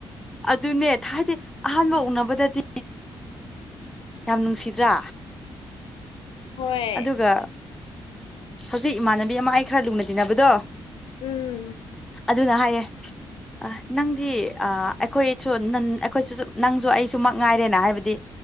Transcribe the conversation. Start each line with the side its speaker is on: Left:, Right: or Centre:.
Centre: ꯑꯗꯨꯅꯦ ꯍꯥꯏꯗꯤ ꯑꯍꯥꯟꯕ
Left: ꯎꯝ
Centre: ꯎꯅꯕꯗꯗꯤ ꯌꯥꯝ ꯅꯨꯡꯁꯤꯗ꯭ꯔꯥ
Left: ꯍꯣꯏ
Centre: ꯑꯗꯨꯒ ꯍꯧꯖꯤꯛ ꯏꯃꯥꯟꯅꯕꯤ ꯑꯃ ꯑꯩ ꯈꯔ ꯂꯨꯅ ꯇꯤꯟꯅꯕꯗꯣ
Left: ꯎꯝ
Centre: ꯑꯗꯨꯅ ꯍꯥꯏꯌꯦ ꯑ ꯅꯪꯗꯤ ꯑ ꯑꯩꯈꯣꯏꯁꯨ ꯅ ꯑꯩꯈꯣꯏ ꯅꯪꯁꯨ ꯑꯩꯁꯨꯃꯛ ꯉꯥꯏꯔꯦꯅ ꯍꯥꯏꯕꯗꯤ